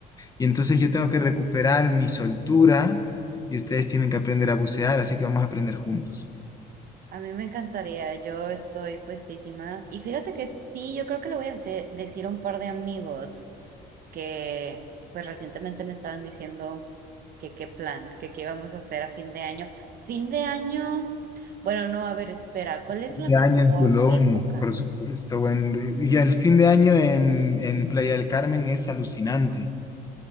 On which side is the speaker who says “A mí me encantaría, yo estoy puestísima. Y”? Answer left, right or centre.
Right